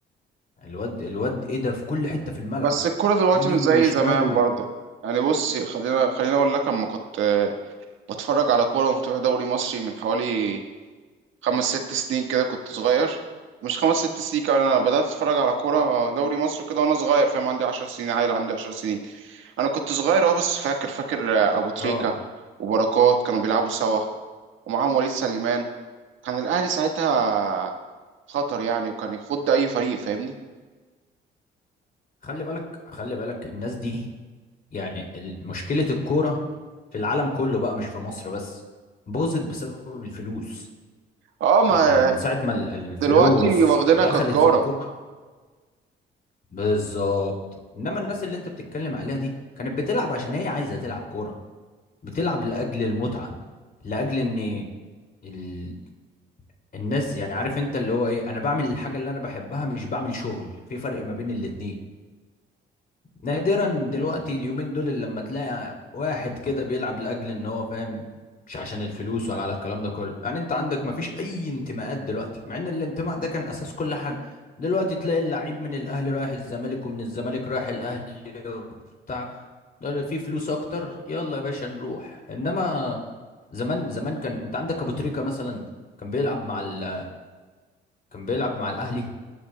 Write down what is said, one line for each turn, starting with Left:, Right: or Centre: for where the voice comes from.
Left: الواد الواد ايه ده في كل حتة في الملعب
Right: بس الكورة دلوقتي
Left: يمين
Right: مش زي
Left: وشمال
Right: زمان
Left: و...
Right: برضو يعني بص خلينا خلينا اقول لك لما كنت آه، بتفرج على كورة ومتابع دوري مصري من حوالي خمس ست سنين كده كنت صغير مش خمس ست سنين كمان انا بدأت اتفرج على كورة دوري مصري كده وانا صغير فاهم عندي عشر سنين عيل عندي عشر سنين انا كنت صغير اه بس فاكر فاكر آه، ابو تريكة
Left: اه
Right: وبركات كانوا بيلعبوا سوا ومعاهم وليد سليمان كان الاهلي ساعتها خطر يعني وكان يخض اي فريق فاهمني
Left: خلي بالك خلي بالك الناس دي يعني ال- مشكلة الكورة في العالم كله بقى مش في مصر بس باظت بسبب الفلوس
Right: اه ما
Left: يعني من ساعة ما ال- الفلوس
Right: دلوقتي واخدينها
Left: دخلت
Right: كتجارة
Left: في الكورة بالظبط انما الناس اللي انت بتتكلم عليها دي كانت بتلعب عشان هي عايزة تلعب كورة بتلعب لاجل المتعه لاجل ان ال... الناس يعني عارف انت اللي هو ايه انا بعمل الحاجه اللي انا بحبها مش بعمل شغل في فرق ما بين الاتنين نادرا دلوقتي اليومين دول اللي لما تلاقي واحد كده بيلعب لاجل ان هو فاهم مش عشان الفلوس ولا على الكلام ده كله يعني انت عندك ما فيش اي انتماءات دلوقتي مع ان الانتماء ده كان اساس كل حاجه دلوقتي تلاقي اللعيب من الاهلي رايح الزمالك ومن الزمالك رايح الاهلي وبتاع ده في فلوس اكتر يلا يا باشا نروح انما زمان زمان كان انت عندك ابو تريكة مثلا كان بيلعب مع ال كان بيلعب مع الاهلي